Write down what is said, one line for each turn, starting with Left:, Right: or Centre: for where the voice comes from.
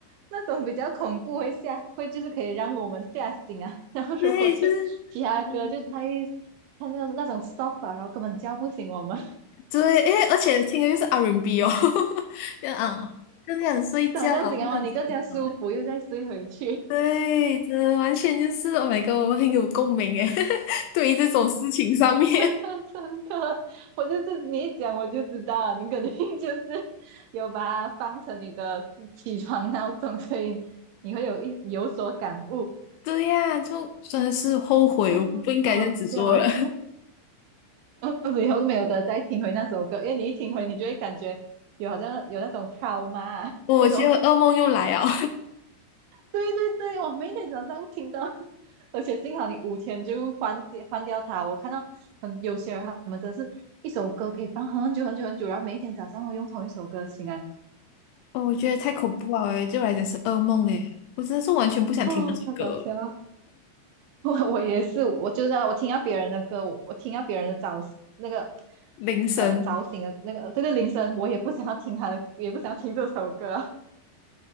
Right: 那种比较恐怖会吓，会就是可以让我们吓醒啊。<laughs> 然后如果是其他歌，
Left: 对，就是嗯，
Right: 就太他那那种 soft，啊然后根本叫不醒我们，
Left: 对，因为而且听的就是 R&B 哦，<laughs> 就啊，更想睡觉，
Right: <laughs> 早上醒来哇，
Left: 不想起床。
Right: 你更加舒服，又再睡回去。
Left: 对，
Right: <laughs>
Left: 真的完全就是 Oh my God，我很有共鸣耶，<laughs> 对于这种事情上面，
Right: 真的真的，我就是你一讲我就知道了，你肯定 <laughs> 就是有把它放成你的起床闹钟，所以你会有一有所感悟。
Left: <laughs>
Right: <laughs>
Left: 对呀，就真的是后悔，
Right: 嗯，
Left: 我不应该这样子做了，
Right: 好好笑啊。我以后没有得再听回那首歌，因为你一听回，你就会感觉有好像有那种 t r <laughs>
Left: <laughs> 我觉得噩梦又来了。
Right: 那种。<laughs> 对对对，我每天早上听到，<laughs> 而且幸好你五天就换掉换掉它。我看到很有些人他们真是一首歌可以放很久很久很久，然后每一天早上会用同一首歌醒来，
Left: 哦，我觉得太恐怖了诶，对我来讲是噩梦诶，我真的是完全不想听那首歌，
Right: 哦，太搞笑了。<laughs> 我我也是，我就是啊我听到别人的歌，我我听到别人的早那个
Left: 铃声，
Right: 呃早醒的那个这个铃声，我也不想要听他的，也不想要听这首歌。